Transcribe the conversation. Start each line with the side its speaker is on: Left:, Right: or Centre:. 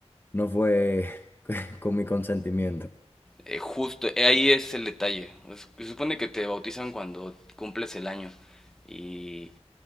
Left: no fue <laughs> con mi consentimiento.
Centre: Eh, justo, eh, ahí es el detalle. Pues, se supone que te bautizan cuando cumples el año. Y